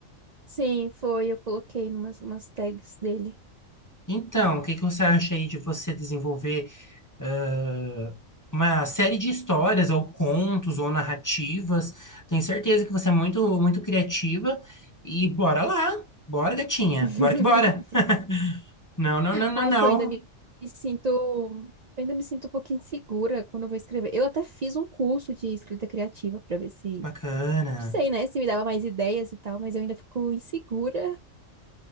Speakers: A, on the right; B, on the left.
A: Sim, foi. Eu coloquei umas, umas tags dele.
B: Então, o que que você acha aí de você desenvolver ãh, uma série de histórias ou contos ou narrativas? Tenho certeza que você é muito, muito criativa e bora lá, bora, gatinha,
A: <laughs>
B: bora que bora. <laughs> Não, não, não, não,
A: Ai,
B: não.
A: que eu ainda me me sinto. Eu ainda me sinto um pouquinho insegura quando eu vou escrever. Eu até fiz um curso de escrita criativa pra ver se.
B: Que bacana.
A: Não sei, né? Se me dava mais ideias e tal, mas eu ainda fico insegura.